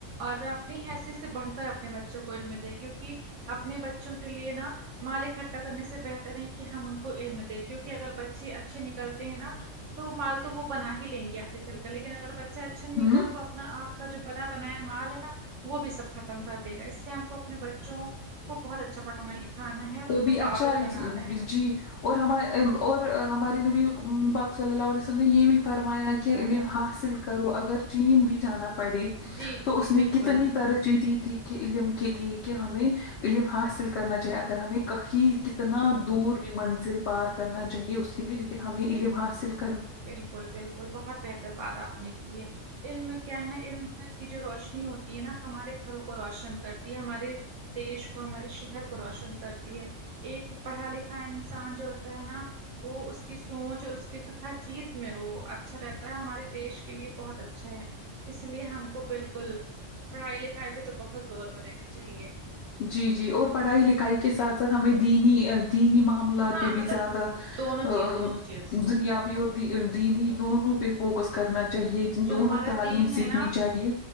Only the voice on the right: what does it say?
اور اپنی حیثیت سے بڑھ کر اپنے بچوں کو علم دے کیونکہ اپنے بچوں کے لیے نا مال اکٹھا کرنے سے بہتر ہے کہ ہم ان کو علم دیں کیونکہ اگر بچے اچھے نکلتے ہیں نا تو مال تو وہ بنا ہی لیں گے آگے چل کر لیکن اگر ب چا اچھا نہیں
نکلا تو وہ اپنا آپ کا جو بنا بنایا مال ہے نا وہ بھی سب ختم کر دے گا اس لیے ہم کو اپنے بچوں کو بہت اچھا پڑھانا لکھانا ہے اور ان
کو
قابل بنانا ہے
صلی
اللہ علیہ
وسلم
جی
جی
بالکل
بالکل بالکل بہت بہتر بات آپ نے کی ہے علم کیا ہے نا علم کی جو روشنی ہوتی ہے نا ہمارے گھروں کو روشن کرتی ہے ہمارے دیش کو ہمارے شہر کو روشن کرتی ہے ایک پڑھا لکھا انسان جو ہوتا ہے نا وہ اس کی سوچ اور اس کے ہر چیز میں وہ اچھا رہتا ہے ہمارے دیش کے لیے بہت اچھا ہے اس لیے ہم کو بالکل پڑھائی لکھائی بھی تو بہت زور کر دینا چاہیے
ہاں
مطلب
دونوں
چیز دونوں چیز
جو
ہمارا
دین
ہے نا